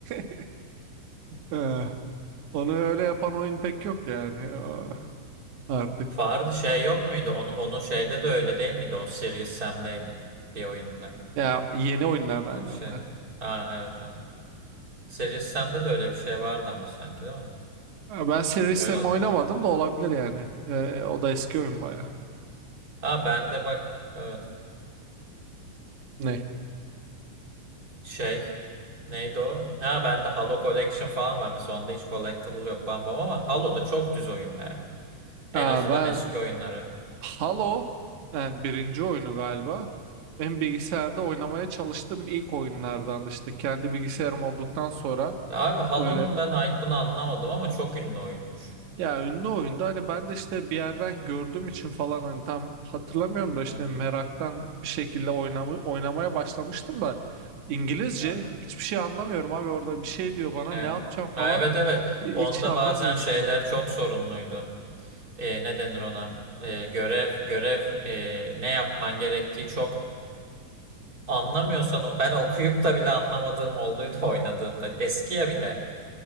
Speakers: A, on the right; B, on the right.
A: <laughs> Eh, Onu öyle yapan oyun pek yok yani o- artık.
B: Fardı şey yok muydu? Onu onu şeyde de öyle değil miydi? O Serious Sam'deydi bir oyunda.
A: Ya yeni oyunlardan
B: Öyle bir
A: diyorum
B: şey
A: ben.
B: var. Ha evet ha. Series Sam'de de öyle bir şey vardı ama sanki değil mi?
A: Ha, Ben Serious
B: Öyle
A: Sam
B: hatırlıyorum.
A: oynamadım da olabilir yani. Eh, o da eski oyun baya.
B: Ha bende bak evet,
A: Ne?
B: şey neydi o? Ha bende Halo Collection falan var mesela onda hiç collectible yok bam bam ama Halo'da çok düz oyun be. En
A: Ha,
B: azından
A: ben
B: eski oyunları.
A: Halo yani birinci oyunu galiba. Benim bilgisayarda oynamaya çalıştığım ilk oyunlardan işte kendi bilgisayarım olduktan sonra
B: Ya abi Halo'nun
A: böyle
B: ben hype'ını anlamadım ama çok ünlü oyunmuş.
A: Ya ünlü oyunda hani ben de işte bir yerden gördüğüm için falan hani tam hatırlamıyorum da işte
B: Evet.
A: meraktan bir şekilde oynamı- oynamaya başlamıştım da İngilizce
B: Evet.
A: hiçbir şey anlamıyorum abi orada bir şey diyor bana
B: Evet.
A: ne yapacağım falan
B: Ha, evet evet.
A: hiç
B: Onda
A: anlamıyorum
B: bazen şeyler
A: yani.
B: çok sorunluydu. Ee, ne denir ona? Ee, görev görev ee, ne yapman gerektiği çok Anlamıyorsan o- ben okuyup da bile anlamadığım olduydu <laughs> oynadığımda. Eski ya bir de.